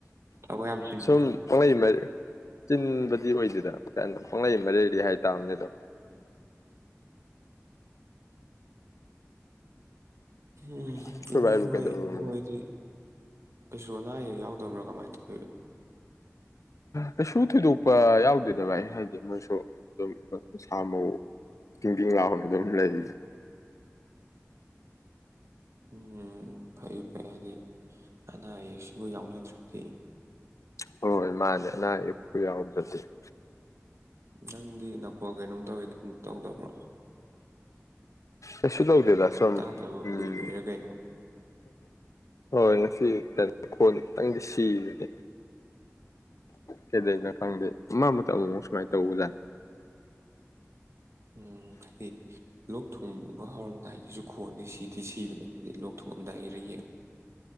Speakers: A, on the right; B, on the left.
A: ꯊꯕꯛ ꯌꯥꯝ ꯆꯤꯟꯕ꯭ꯔꯣ
B: ꯁꯨꯝ ꯄꯉꯥꯏ ꯃꯥꯗꯤꯦ ꯆꯤꯟꯕꯗꯤ ꯑꯣꯏꯗꯦꯗꯅ ꯀꯅꯣ ꯄꯣꯡꯂꯩ ꯃꯔꯦꯗꯤ ꯍꯥꯏꯇꯥꯥꯕꯅꯦꯗꯣ
A: ꯎꯝ
B: ꯑꯩꯈꯣꯏ
A: ꯏꯅꯦ
B: ꯚꯥꯏꯕꯨ
A: ꯍꯣꯏ
B: ꯀꯩꯗꯧꯔꯝꯃꯤꯅꯣ
A: ꯕꯣꯏꯗꯤ ꯀꯩꯁꯨ ꯑꯅꯥ ꯑꯌꯦꯛ ꯌꯥꯎꯗꯕ꯭ꯔꯥ ꯀꯃꯥꯏꯅ ꯇꯧꯤ
B: ꯀꯩꯁꯨ ꯊꯣꯏꯗꯣꯛꯄ ꯌꯥꯎꯗꯦꯗꯕ ꯑꯩ ꯍꯥꯏꯗꯤ ꯃꯣꯏꯁꯨ ꯑꯗꯨꯝ ꯃꯁꯥ ꯃꯎ ꯇꯤꯡꯗꯤꯤꯡ ꯂꯥꯎꯅ ꯑꯗꯨꯝ ꯂꯩꯔꯤ
A: ꯎꯝ ꯐꯩ ꯐꯩ ꯍꯥꯏꯗꯤ ꯑꯅꯥ ꯑꯌꯦꯛꯁꯤꯕꯨ ꯌꯥꯎꯅꯗ꯭ꯔꯗꯤ
B: ꯍꯣꯏ ꯃꯥꯅꯦ ꯑꯅꯥ ꯑꯌꯦꯛꯄꯨ ꯌꯥꯎꯗ ꯐꯠꯇ
A: ꯅꯪꯗꯤ ꯅ ꯈꯣꯏ ꯀꯩꯅꯣꯝ ꯇꯧꯋꯤ ꯀꯩꯅꯣ ꯇꯧꯗꯕ꯭ꯔꯣ
B: ꯀꯩꯁꯨ ꯇꯧꯗꯦꯗ ꯁꯨꯝ
A: ꯇꯥꯗꯕ
B: ꯎꯝ
A: ꯀꯨꯏꯕꯩꯔꯥ ꯀꯩꯅꯣ
B: ꯍꯣꯏ ꯉꯁꯤ ꯈꯣꯟ ꯈꯤꯇꯪꯗꯤ ꯁꯤꯕꯅꯦ ꯀꯩꯗꯣ ꯈꯪꯗꯦ ꯃ ꯑꯃ ꯑꯃ ꯑꯃꯨꯛ ꯁꯨꯃꯥꯏꯅ ꯇꯧꯕꯖꯥꯠꯅꯤ
A: ꯎꯝ ꯍꯥꯏ ꯂꯣꯛ ꯊꯨꯡꯕ ꯍꯧꯔꯝꯗꯥꯏꯒꯤꯁꯨ ꯈꯣꯟꯗꯤ ꯁꯤꯗꯤ ꯁꯤꯕꯅꯦ ꯍꯥꯏꯗꯤ ꯂꯣꯛ ꯊꯣꯛꯨꯗꯥꯏꯔ ꯌꯦ